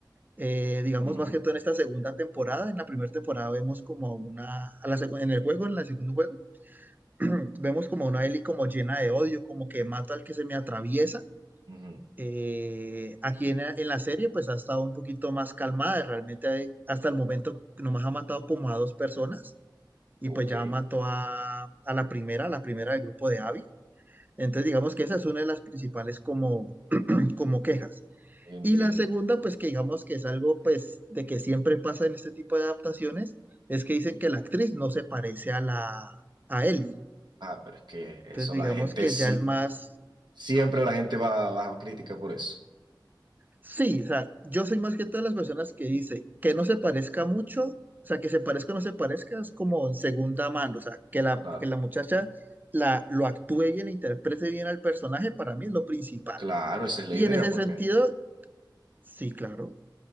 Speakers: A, on the right (about 25°); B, on the right (about 70°).
A: eh, digamos
B: Ujú,
A: más que todo en esta segunda temporada. En la primera temporada vemos como a una, a la secu- en el juego, en el segundo juego, <clears throat> vemos como a una Ellie como llena de odio, como que mato al que se me atraviesa.
B: ujú.
A: Eh, aquí en, en la serie pues ha estado un poquito más calmada, realmente hay- hasta el momento nomás ha matado como a dos personas y
B: Ok,
A: pues ya mató a, a la primera, a la primera del grupo de Abby. Entonces digamos que esa es una de las principales como, como quejas.
B: entiendo.
A: Y la segunda pues que digamos que es algo pues de que siempre pasa en este tipo de adaptaciones es que dicen que la actriz no se parece a la a Ellie.
B: Ah, pero es que eso
A: Entonces digamos
B: la gente
A: que
B: sí,
A: ya es más
B: siempre la gente va, va a crítica por eso.
A: Sí, o sea, yo soy más que todas las personas que dice que no se parezca mucho, o sea, que se parezca o no se parezca es como segunda mano, o sea, que la,
B: Claro.
A: que la muchacha la, lo actúe bien, interprete bien al personaje, para mí es lo principal.
B: Claro, esa es la
A: Y
B: idea,
A: en ese
B: porque
A: sentido, sí, claro.